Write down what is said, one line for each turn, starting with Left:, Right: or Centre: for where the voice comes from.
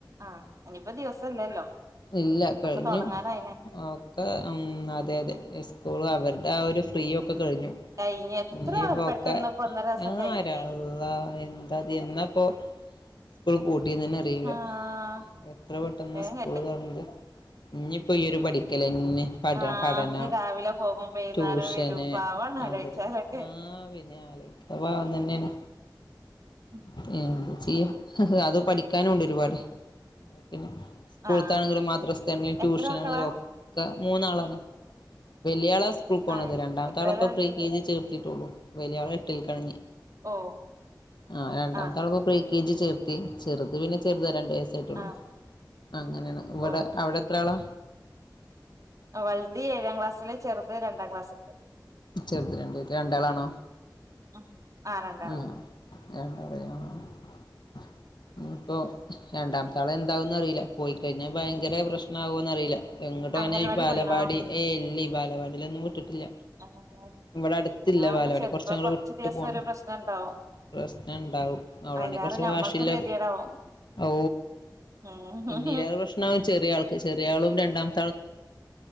Right: ആ ഇനിപ്പോ ദിവസല്ലല്ലോ
Left: ഇല്ല കഴിഞ്ഞു
Right: അപ്പോ തൊടങ്ങാറായിലെ.
Left: ഒക്കെ ഉം അതെ അതെ സ്കൂൾ അവരുടെ ആ ഒരു ഫ്രീ ഒക്കെ കഴിഞ്ഞു,
Right: കഴിഞ്ഞ് എത്ര
Left: ഇനിപ്പോ
Right: പെട്ടെന്ന്
Left: ഒക്കെ
Right: ഇപ്പ ഒന്നര മാസം
Left: ആ
Right: കഴിഞ്ഞ്
Left: ആരാള്ള എന്തായിത് എന്നപ്പോ സ്കൂള് പൂട്ടിതന്ന് അറിയില്ല,
Right: ആഹ്
Left: എത്ര പെട്ടെന്ന
Right: വേഗം
Left: സ്കൂള്
Right: കഴി
Left: തുറന്നത്. ഇനി ഇപ്പോ ഈ ഒരു പഠിക്കല്ന്നെ. പഠ
Right: ആഹ്
Left: പഠനം
Right: ഇനി രാവിലെ പോകും വൈകുന്നേരം
Left: ട്യൂഷന്
Right: വരും പാവാണ് ആലോചിച്ചാലൊക്കെ
Left: അത് ആ പിന്നെ <unintelligible> ഭാവം തന്നെയാണ്
Right: ഉം
Left: <unintelligible> ചെയ്യും, അത് പഠി ക്കാനുമുണ്ട് ഒരുപാട്
Right: ഉം
Left: ഓ പിന്നെ സ്കൂളിത്തെയാണങ്കില്
Right: ആഹ്
Left: മാത്രം സ്ഥ <unintelligible> ങ്കിൽ ട്യൂഷനാനെല്ലോ.
Right: എത്ര മക്കളാ
Left: മൂന്നാളാണ് വെല്യാള് സ് സ്‌കൂളിൽ പോണത്,
Right: ആഹ്
Left: രണ്ടമത്തെ
Right: എത്രേലാ
Left: ആള് ഇപ്പം
Right: പഠിക്കുന്നെ
Left: പ്രീ കെ ജി ചേർ റ്റിട്ടോളു വലിയാള് എട്ടിലേക്കാണ് ഇനി.
Right: ഓഹ്
Left: ആ രണ്ടാമത്താള്
Right: ആഹ്
Left: ഇപ്പം പ്രി എൽ കെ ജി ചേർത്തി ചെറുത് പിന്നെ ചെറുതാ രണ്ട് വയസായിട്ടുള്ളു
Right: ആഹ്
Left: അങ്ങനെയാണ് ഇവിടെ
Right: ഓഹ്
Left: അവിടെ എത്ര ആളാ
Right: വലുത് ഏഴാം ക്ലാസ്സില് ചെറുത് രണ്ടാം ക്ലാസ്സ്‌ക്ക്
Left: ചെറുത് രണ്ട് രണ്ടാളാണോ
Right: ഉം ആഹ് രണ്ടാള്
Left: മ്മ് <unintelligible> ഇനിപ്പോ രണ്ടാമത്താള് എന്താവുന്ന് അറിയിലാ പോയിക്കഴിഞ്ഞാൽ ഭയങ്കര പ്രശ്നം ആകുവോന്നറിയില്ല എങ്ങോട്ട് പോണേ
Right: അംഗൻവാടി
Left: ഈ ബാലവാടി
Right: പോയിണോ
Left: ഏഹ് ഇല്ലേ വാലവാടിലൊന്നും വിട്ടിട്ട് ട്ടില്ല
Right: അംഗൻവാടി
Left: ഇവിടെ അടുത്തില്ല
Right: അങ്ങനെ ആകുമ്പോ
Left: ബാലവാടി
Right: ചെലപ്പോ
Left: കൊറച്ചങ്ങട്
Right: കൊറച്ച്
Left: വിട്ട്
Right: ദിവസം
Left: പോണം
Right: ഒരു പ്രശ്നം ഇണ്ടാവും
Left: പ്രശ്നം ഒണ്ടാവും അവളാണെങ്കി
Right: അയിലേറെ
Left: കൊറച്ച്
Right: ഞമ്മക്കൊരു
Left: വാശിള്ള
Right: ഗതികേടാവും
Left: ഓ
Right: ഉം
Left: ഇന്നിലേറെ പ്രശ്നും ചെറിയ ആൾക്ക് ചെറിയ ആളും രണ്ടാം